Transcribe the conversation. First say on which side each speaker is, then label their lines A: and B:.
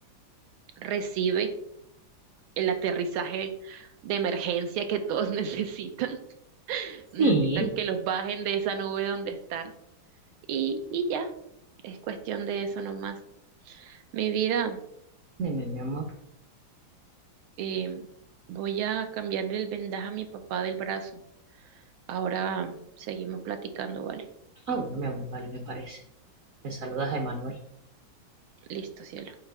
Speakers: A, on the right; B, on the right.
A: recibe el aterrizaje de emergencia que todos <laughs> necesitan. Necesitan
B: Sí,
A: que los bajen de esa nube donde están. Y, y ya, es cuestión de eso nomás. Mi vida,
B: dime, mi amor.
A: em, voy a cambiarle el vendaje a mi papá del brazo. Ahora seguimos platicando, ¿vale?
B: Ah, bueno, mi amor, vale, me parece. me saludas Emanuel.
A: Listo, cielo.